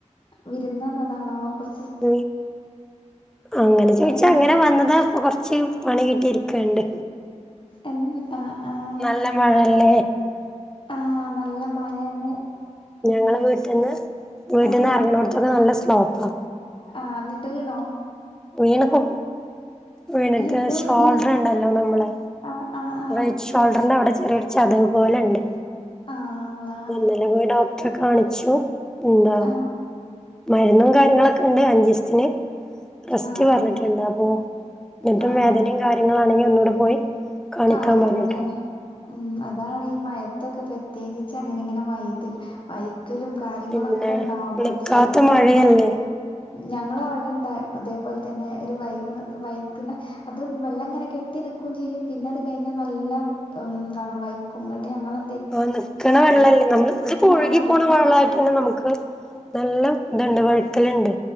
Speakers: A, on the left; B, in the centre.
A: വിരുന്ന് വന്നതാണോ കുറ
B: <unintelligible> അങ്ങനെ ചോദിച്ചാ
A: ഏഹ്
B: അങ്ങനെ വന്നതാ അപ്പൊ കൊറച്ച് പണികിട്ടിയിരിക്ക്ണ്ട്
A: എൻ ആഹ് ആഹ്
B: നല്ല മഴല്ലേ
A: ആഹ് നല്ല മഴേണ്
B: ഞങ്ങള് വീട്ടിന്ന് വീട്ടിന്ന്
A: ആഹ്
B: ഇറങ്ങണോടത്തൊക്കെ നല്ല സ്ലോപ്പാ
A: ആഹ് എന്നിട്ട് വീണോ
B: വീണ് പോ വീണിട്ട്
A: എന്ത്
B: ഷോൾഡർ
A: പറ്റി
B: ഇണ്ടല്ലോ നമ്മളെ
A: ആഹ് ആഹ് ആഹ്
B: റൈറ്റ് ശ് ഷോൾഡറിന്റെ അവിടെ ചെറിയൊരു ചതവ് പോലെണ്ട്
A: ആഹ് ഒള്ള
B: ഇന്നലെ പോയി ഡോക്ടെ കാണിച്ചു എന്താ
A: ആഹ്
B: മരുന്നും കാര്യങ്ങളൊക്കെണ്ട് അഞ്ചീസത്തിന് റെസ്റ്റ്
A: ആഹ്
B: പറഞ്ഞിട്ടുണ്ട്
A: ആഹ്
B: അപ്പൊ ന്നിട്ടും
A: ആഹ്
B: വേദനിം കാര്യങ്ങളാണെങ്കി ഒന്നുകൂടെ പോയി കാണിക്കാൻ
A: കാണിക്കണം
B: പറഞ്ഞിട്ടുണ്ട്
A: ലെ ഉം അതാണ് ഈ മയത്തൊക്കെ പ്രത്യേകിച്ച് അങ്ങനെ ഇങ്ങനെ വൈത് വൈ മെറ്റലും കാര്യങ്ങളൊക്കെ
B: പിന്നെ
A: ഇണ്ടാവും നമ്മള്
B: നിക്കാത്ത
A: ശ്രദ്ധിക്കണം
B: മഴയല്ലേ
A: ഞങ്ങളെ വടെണ്ട് അതേപോലെ തന്നെ ഒരു വൈക്ണ വൈക്ണ അതും വെള്ളം ഇങ്ങനെ കെട്ടി നിക്കും ചെയ്യും പിന്നെ അത് കയിഞ്ഞാൽ നല്ല എന്താണ് വൈക്കുങ്ങട്ട് ഞങ്ങള്
B: ഓ നിക്കണ വെള്ളല്ലേ നമ്മള് ഇത് ഒഴുകി
A: ആഹ്
B: പോണ വെള്ളായി ന്നെ നമുക്ക് നല്ല ഇതുണ്ട് വഴുക്കല്ണ്ട്